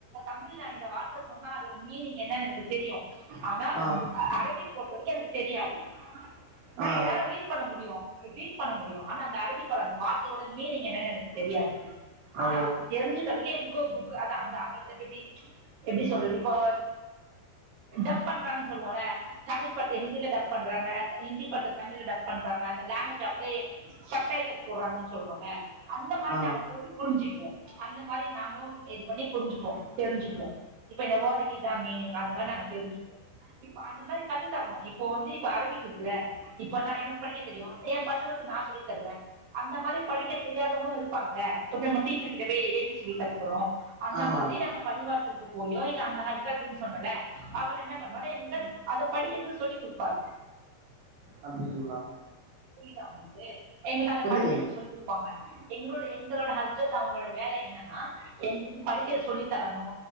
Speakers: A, on the right; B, on the right.
A: தமிழ் நா இந்த வார்த்த சொன்னா அதோட மீனிங் என்னென் எனக்கு தெரியு ஆனா
B: ஆ
A: அரபிக் பொறுத்த வரைக்கு எனக் தெரியாது நா
B: ஆ, ஆ.
A: என்னால ரீட் பண்ண முடியு ரீட் பண்ண முடியு ஆனா அந்த அரபிக்கோட அந்த வார்த்தையோட மீனிங் என்னென்னு எனக்கு தெரியாது ஆனா
B: ஓ
A: அப்படி தெரிஞ்சுகறக்கே எங்களுக்கு ஒ புக் எப்படி சொல்றது இப்போ டப் பண்றாங்க சொல்லுவோல தமிழ் படத் ஹிந்தில டப் பண்றாங்க ஹிந்தி படத்த தமிழ்ல டப் பண்றாங்க அந்த லங்குவேஜ் அப்படியே ஷப்டைட்டில் போட்றாங்க சொல்றோல அந்த மாரி
B: ஆ
A: நாங்க போட்டு புரிஞ்சுக்குவோ அந்த மாரி நாங்களு இது பண்ணி புரிஞ்சுக்குவோ தெரிஞ்சுக்குவோ இப்ப இந்த வேர்டு இதா மீனிங்கா அந்த மாரி நாங்க தெரிஞ்சுக்குவோ இப்ப அந்த மாதிரி கன்னு தரணு இப்போ வந்து இப்ப அரபிக் இருக்கு ல இப்ப நா எனக்கு படிக்க தெரியு எ பசங்களுக்கு நா சொல்லி தருவே அந்த மாரி படிக்க தெரியாதவங்களு இருப்பாங்கள இப்ப டீச்சர் கிட்ட போய் ஏ பி சீ டி கத்துக்கிறோ அந்த
B: ஆமாங்க
A: மாதிரி நாங்க பள்ளிவாசல்கு போயோ இல்ல அந்த ஹஜ்ரத்ன்னு சொன்னல அவரு என்ன பண்ணுவாரு படிக்கிறதுக்கு சொல்லி் குடுப்பாரு
B: அப்டிங்களா
A: புரிதா உங்களுக்கு எங்களுக்கு அத
B: புரியுதுங்க
A: படிக்கிறதுக்கு சொல்லி குடுப்பாங்க எங்களோட எங்களோட ஹஸ்ரத் அவங்களோட வேல என்னன்னா எங்களுக்கு படிக்கிற சொல்லித்தரணு